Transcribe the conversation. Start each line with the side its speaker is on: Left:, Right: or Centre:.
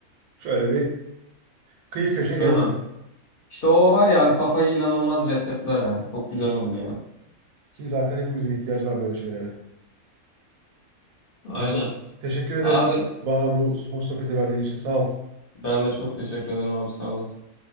Right: şöyle bir kıyı köşe gezmek
Left: Değil mi? İşte o var ya abi kafayı inanılmaz resetler ha. Çok güzel
Right: kesinlikle.
Left: oldu yani.
Right: Ki zaten hepimizin ihtiyacı var böyle şeylere.
Left: Aynen.
Right: Erdem, teşekkür ederim
Left: Abi
Right: bana bu hoş sohbeti verdiğin için. Sağ ol.
Left: ben de çok teşekkür ederim abi sağ olasın.